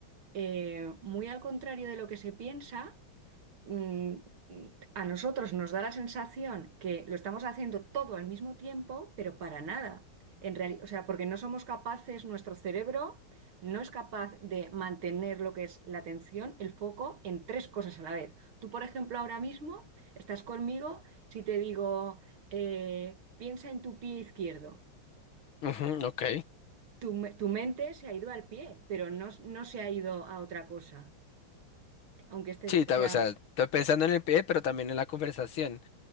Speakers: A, on the right (about 80°); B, on the left (about 80°).
A: eh, muy al contrario de lo que se piensa, mm, a nosotros nos da la sensación que lo estamos haciendo todo al mismo tiempo, pero para nada. En realidad, o sea, porque no somos capaces, nuestro cerebro no es capaz de mantener lo que es la atención, el foco en tres cosas a la vez. Tú, por ejemplo, ahora mismo estás conmigo, si te digo, eh, piensa en tu pie izquierdo,
B: Ujú, ok.
A: tu, me- tu mente se ha ido al pie, pero no, no se ha ido a otra cosa. Aunque esté,
B: Sí, ta-
A: o sea,
B: o sea, estoy pensando en el pie, pero también en la conversación.